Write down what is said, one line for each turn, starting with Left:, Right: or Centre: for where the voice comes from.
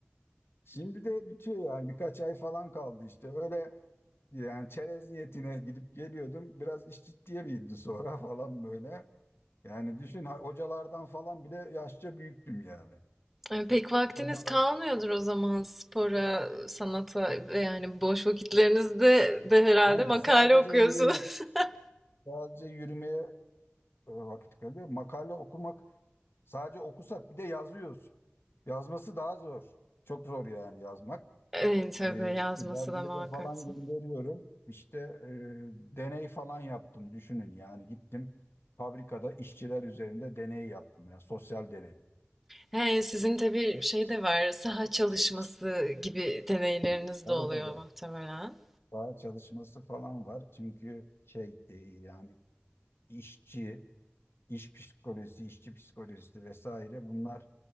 Left: Şimdi de bitiyor yani. Birkaç ay falan kaldı işte. Öyle yani çerez niyetine gidip geliyordum. Biraz iş ciddiye bindi sonra <laughs> falan böyle. Yani düşün ha- hocalardan falan bile yaşça büyüktüm yani.
Centre: E, Pek vaktiniz
Left: Hocalar,
Centre: kalmıyordur o zaman spora, sanata ve yani boş vakitlerinizde de herhalde
Left: aynen
Centre: makale
Left: sadece
Centre: okuyorsunuz.
Left: yürüme,
Centre: <laughs>
Left: sadece yürümeye e, vakit kalıyor. Makale okumak sadece okusak bir de yazıyoruz. Yazması daha zor. Çok zor yani yazmak.
Centre: E, tabii
Left: E,
Centre: yazması
Left: işte dergilere
Centre: da muhakkak.
Left: falan
Centre: zor.
Left: gönderiyorum. İşte e, deney falan yaptım. Düşünün yani gittim fabrikada işçiler üzerinde deney yaptım. Yani sosyal deney.
Centre: He, sizin tabii şey de var, saha çalışması gibi deneyleriniz
Left: Tabii
Centre: de oluyor
Left: tabii.
Centre: muhtemelen.
Left: Daha çalışması falan var. Çünkü şey e, yani işçi iş psikolojisi, işçi psikolojisi vesaire bunlar